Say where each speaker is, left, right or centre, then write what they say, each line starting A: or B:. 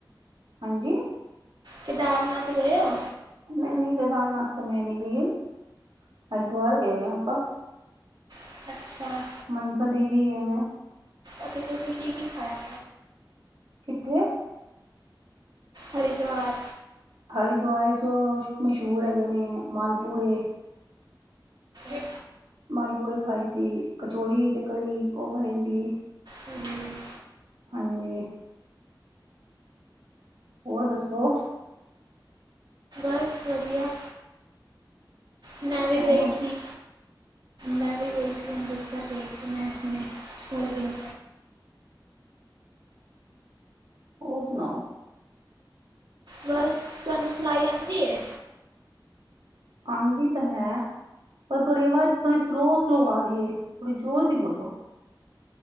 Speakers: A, on the right; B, on the right.
A: ਹਾਂਜੀ।
B: ਕੇਦਾਰਨਾਥ ਗਏ ਓ?
A: ਮੈ ਨੀ ਕਿਦਾਰਨਾਥ ਤਾਂ ਮੈਂ ਨੀ ਗਈ, ਹਰਿਦੁਆਰ ਗਏ ਆ ਆਪਾਂ।
B: ਅੱਛਾ ਅੱਛਾ
A: ਮਨਸਾ ਦੇਵੀ ਗਏ ਆ।
B: ਅਤੇ ਤੁਸੀਂ ਕੀ -ਕੀ ਖਾਇਆ?
A: ਕਿੱਥੇ?
B: ਹਰਿਦੁਵਾਰ।
A: ਹਰਿਦੁਆਰੇ 'ਚ ਮਸ਼ਹੂਰ ਹੈਗੇ ਨੇ ਮਾਲਪੂੜੇ।
B: ਹ
A: ਮਾਲਪੂੜੇ ਖਾਏ ਸੀ, ਕਚੋਰੀ ਤੇ ਕੜੀ ਉਹ ਖਾਈ ਸੀ।
B: ਹਮ
A: ਹਾਂਜੀ। ਹੋਰ ਦੱਸੋ?
B: ਬਸ ਵਧੀਆ। ਮੈਂ
A: ਹੋਰ
B: ਵੀ ਗਈ ਸੀ। ਮੈਂ ਵੀ ਗਈ ਸੀ ਅੰਮ੍ਰਿਤ ਸਰ ਗਈ ਸੀ, ਮੈਂ ਆਪਣੇ ਥੋੜੇ ਦਿਨ
A: ਹੋਰ ਸੁਣਾਓ?
B: ਬਸ ਤੁਹਾਨੂੰ ਸਿਲਾਈ ਆਉਂਦੀ ਏ?
A: ਆਂਦੀ ਤਾਂ ਹੈ ਪਰ ਤੋਡੀ ਆਵਾਜ਼ ਥੋੜ੍ਹੀ ਸਲੋਅ ਸਲੋ ਆ ਰਹੀ ਏ ਥੋੜ੍ਹੀ ਜ਼ੋਰ ਦੀ ਬੋਲੋ